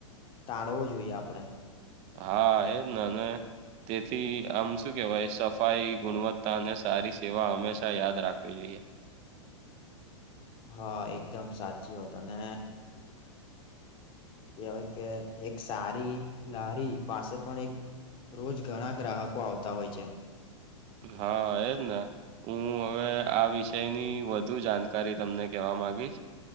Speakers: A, on the left; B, on the right.
A: ટાળવો જોઈએ આપડણે.
B: હા એજ ના અને તેથી આમ શું કેહેવાય સફાઈ, ગુણવત્તા અને સારી સેવા હંમેશા યાદ રાખવી જોઈએ.
A: હા એકદમ સાચી વાત અને કહેવાય કે એક સારી લારી પાસે પણ એક રોજ ઘણા ગ્રાહકો આવતા હોય છે.
B: હા એ જ ને. હું હવે આ વિષયની વધુ જાણકારી તમને કહેવા માંગીશ.